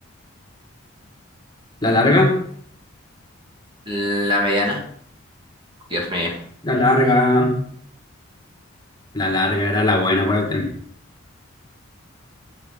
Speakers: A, on the left (about 20°); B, on the right (about 25°).
A: ¿La larga?
B: La mediana. Dios mío.
A: La larga. La larga era la buena, acuérdate.